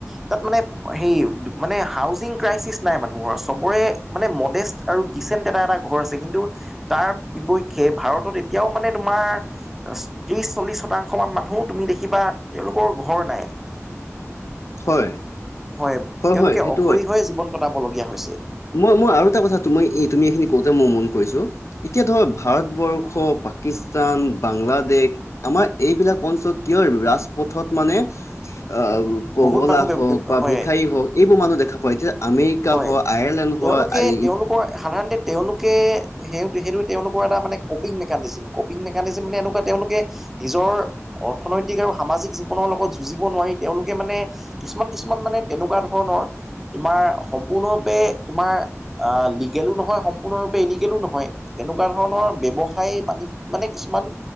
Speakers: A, in the centre; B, on the left (about 65°).
A: তাত মানে সেই মানে হাউজিং ক্ৰাইচিছ নাই মানুহৰ চবৰে মানে মডেষ্ট আৰু ডিচেণ্ট এটা -এটা ঘৰ আছে কিন্তু তাৰ বিপক্ষে ভাৰতত এতিয়াও মানে তোমাৰ ক্ৰিছ, চল্লিছ শতাংশ মান মানুহ তুমি দেখিবা তেওঁলোকৰ ঘৰ নাই। <inaudible>
B: হয়।
A: হয় তেওঁলোকে
B: হয় সেইটো
A: অঘৰী
B: হয়।
A: হৈয়ে জীৱন কটাবলগীয়া হৈছে।
B: মই -মই আৰু এটা কথা মই এই তুমি এইখিনি কওঁতে মই মন কৰিছোঁ এতিয়া ধৰ ভাৰতবৰ্ষ, পাকিস্তান, বাংলাদেশ আমাৰ এইবিলাক অঞ্চলত কিয় ৰাজপথত মানে <unintelligible> পগলা
A: বহুত মানুহ
B: হওঁক বা
A: হয়
B: ভিক্ষাৰী হওঁক এইবোৰ মানুহ দেখা পাও। এতিয়া আমে ৰিকা
A: হয়
B: হ, আয়াৰলেণ্ড
A: তেওঁলোকে
B: হয়
A: তেওঁলোকৰ সাধাৰণতে তেওঁলোকে সেই- সেইটো তেওঁলোকৰ এটা মানে কপিং মেকানিজিম। কপিং মেকানিজিম মানে এনেকুৱা তেওঁলোকে নিজৰ অৰ্থনৈতিক আৰু সামাজিক জীৱনৰ লগত যুঁজিব নোৱাৰি তেওঁলোকে মানে কিছুমান- কিছুমান মানে তেনেকুৱা ধৰণৰ তোমাৰ সম্পূৰ্ণৰূপে তোমাৰ অ, লিগেলো নহয় সম্পূৰ্ণৰূপে ইলিগেলো নহয়। তেনেকুৱা ধৰণৰ ব্যৱসায় বাণি মানে কিছুমান